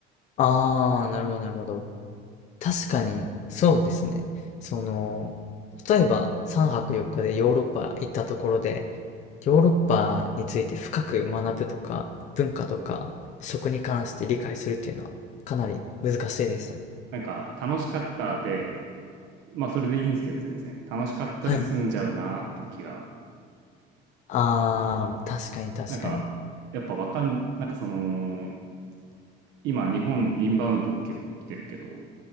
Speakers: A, on the left; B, on the right.
A: ああ、なるほどなるほど。確かに、そうですね。その、例えば3泊4日でヨーロッパ行ったところで、ヨーロッパについて深く学ぶとか、文化とか、食に関して理解するっていうのは、かなり難しいですよね。
B: なんか楽しかったで、まあそれでいいんですけど全然。楽しかったで済んじゃうなっていう気が。
A: はい。ああ、確かに確かに。
B: なんか、やっぱわかん、なんかその、今日本インバウンド結構来てるけど、